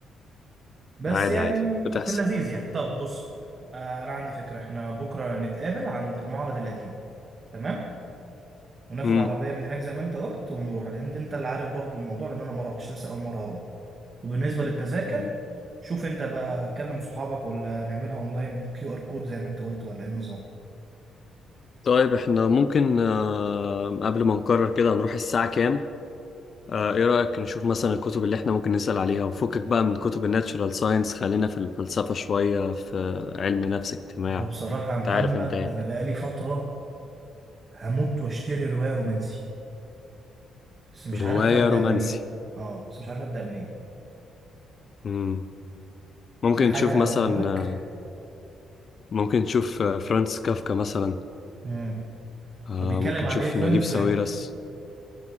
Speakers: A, on the right; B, on the left.
A: بس
B: عادي
A: يعني
B: عادي بتحصل
A: في اللذيذ يعني طب بص آه، انا عندي فكرة احنا بكرة نتقابل عند المعرض القديم تمام وناخد
B: مم.
A: عربية من هناك زي ما انت قلت ونروح لان انت انت اللي عارف برضو الموضوع لان انا ما رحتش لسه اول مرة هروح وبالنسبة للتذاكر
B: مم.
A: شوف انت بقى هتكلم صحابك ولا نعملها اونلاين كيو ار كود زي ما انت قلت ولا ايه النظام
B: طيب احنا ممكن آه، قبل ما نقرر كده هنروح الساعة كام آه، ايه رأيك نشوف مثلا الكتب اللي احنا ممكن نسأل عليها وفكك بقى من كتب الناتشورال ساينس خلينا في الفلسفة شوية في علم نفس اجتماع
A: هو بصراحة يا محمد
B: انت عارف انت يعني
A: انا بقالي فترة هموت واشتري رواية رومانسي بس مش
B: رواية
A: عارف ابدأ
B: رومانسي
A: منين اه بس مش عارف ابدأ منين
B: مم. ممكن
A: في
B: نشوف
A: حاجة
B: مثلا
A: في دماغك
B: آه، ممكن نشوف آه، فرانس كافكا مثلا
A: امم
B: آه،
A: بيتكلم
B: ممكن
A: عن
B: نشوف
A: ايه فريندز
B: نجيب ساويرس